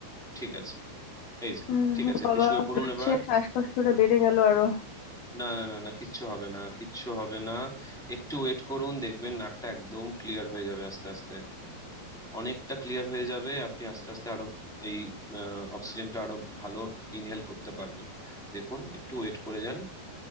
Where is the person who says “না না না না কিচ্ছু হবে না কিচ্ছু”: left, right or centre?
Centre